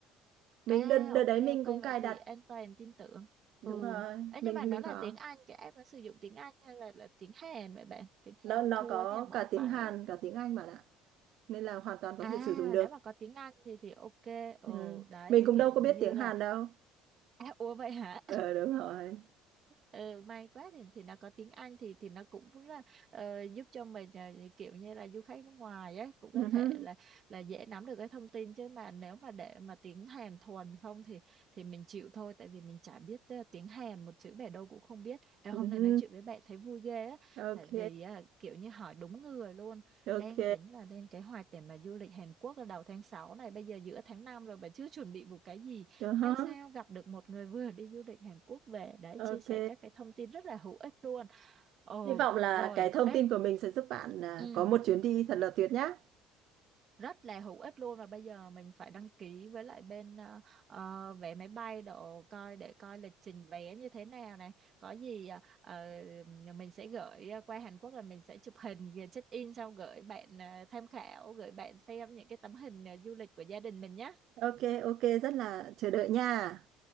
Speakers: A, on the right (about 50°); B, on the right (about 30°).
A: mình
B: À
A: đợt đợt
B: ok
A: đấy
B: ok
A: mình cũng cài
B: vậy thì
A: đặt
B: an toàn tin tưởng.
A: đúng
B: Ừ.
A: rồi
B: Ấy
A: mình
B: nhưng mà nó
A: mình
B: là
A: có
B: tiếng Anh cái app nó sử dụng tiếng Anh hay là là tiếng Hàn vậy bạn? Tiếng Hàn
A: nó nó
B: thì thua
A: có
B: nha, bó
A: cả tiếng
B: tay
A: Hàn
B: á.
A: cả tiếng Anh bạn ạ nên là hoàn toàn có
B: À
A: thể sử dụng được
B: nếu mà có tiếng Anh thì thì ok. Ừ
A: ừ.
B: đấy
A: mình cũng
B: kiểu
A: đâu có biết
B: như
A: tiếng
B: là
A: Hàn đâu
B: à ủa vậy hả?
A: ờ đúng rồi
B: ừ, may quá thì thì nó có tiếng Anh thì thì nó cũng rất là, ờ, giúp cho mình ờ, kiểu như là du khách nước ngoài á cũng
A: Ừ
B: có thể
A: hứ,
B: là là dễ nắm được cái thông tin chứ mà nếu mà để mà tiếng Hàn thuần không thì thì mình chịu thôi tại vì mình chả biết ờ, tiếng Hàn một chữ bẻ đâu cũng không biết Ê,
A: ừ
B: hôm nay
A: hứ.
B: nói chuyện với bạn thấy vui ghê á
A: ok
B: tại vì ờ, kiểu như hỏi đúng người luôn
A: ok
B: đang tính là lên kế hoạch để mà du lịch Hàn Quốc ở đầu tháng 6 này bây giờ giữa tháng 5 rồi mà chưa chuẩn bị một cái gì
A: Ừ hứ,
B: May sao gặp được một người vừa đi du lịch Hàn Quốc về để
A: ok
B: chia sẻ các cái thông tin rất là hữu ích luôn. Ồ,
A: hy vọng là
B: rồi,
A: cái thông
B: ê,
A: tin của mình sẽ giúp bạn à,
B: ừ,
A: có một chuyến đi thật là tuyệt nhá
B: rất là hữu ích luôn và bây giờ mình phải đăng ký với lại bên ờ, ờ, vé máy bay độ coi để coi lịch trình vé như thế nào này. Có gì ờ, ờ, mình sẽ gửi ờ, qua Hàn Quốc là mình sẽ chụp hình rồi check in xong gửi bạn ờ, tham khảo, gửi bạn xem những cái tấm hình ờ, du lịch của gia đình mình nhé.
A: ok ok rất là chờ đợi nha